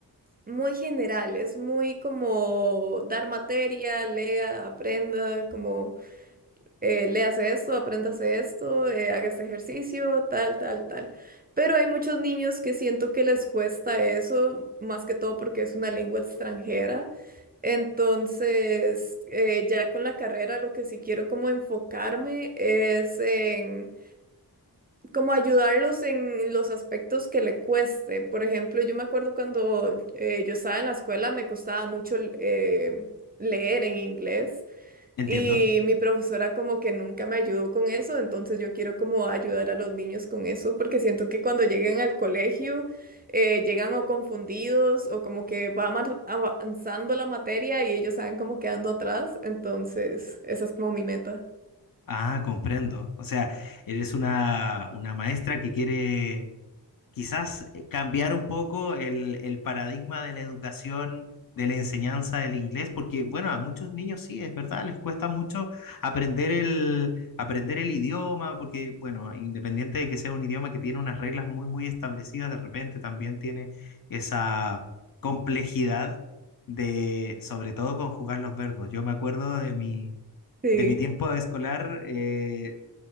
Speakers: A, on the right (about 25°); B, on the left (about 60°).
A: muy general, es muy como dar materia, lea, aprenda, como eh, léase esto, apréndase esto, eh, haga este ejercicio, tal, tal, tal. Pero hay muchos niños que siento que les cuesta eso, más que todo porque es una lengua extranjera. Entonces, eh, ya con la carrera, lo que sí quiero como enfocarme es en como ayudarlos en los aspectos que le cueste. Por ejemplo, yo me acuerdo cuando eh, yo estaba en la escuela, me costaba mucho eh, leer en inglés.
B: Entiendo.
A: Y mi profesora como que nunca me ayudó con eso, entonces yo quiero como ayudar a los niños con eso, porque siento que cuando lleguen al colegio eh, llegan o confundidos o como que va ama- avanzando la materia y ellos saben como quedando atrás, entonces esa es como mi meta.
B: Ah, comprendo. O sea, eres una, una maestra que quiere quizás eh, cambiar un poco el, el paradigma de la educación, de la enseñanza del inglés, porque bueno, a muchos niños sí, es verdad, les cuesta mucho aprender el, aprender el idioma, porque bueno, independiente de que sea un idioma que tiene unas reglas muy, muy establecidas, de repente también tiene esa complejidad de, sobre todo, conjugar los verbos. Yo me acuerdo de mi...
A: Sí,
B: De mi tiempo escolar, eh,